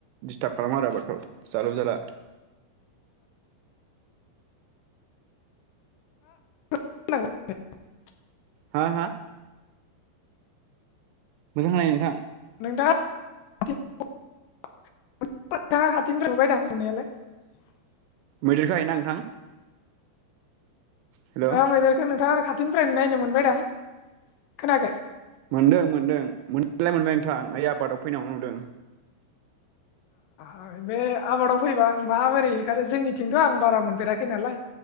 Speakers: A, on the right; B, on the left.
A: दिसटारब खालामो आरो आबादखौ। जालु जाला
B: <unintelligible>
A: हा हा? मोजां होननाय नोंथां।
B: <unintelligible>
A: मैदेरखो हायो ना नोंथां? हेल'
B: औ मैदेरखौ नोंथाङा आरो थिंनिफ्रायनो नायनो मोनबायदां खोनायाखै?
A: मोनदों मोनदों मोननायालाय मोनबाय नोंथां ओइ आबादाव फैनायाव नुदों।
B: औ बे आबादाव फैबा माबोरै हेगारो जोंनिथिंथ' आं बारा मोनफेराखै नालाय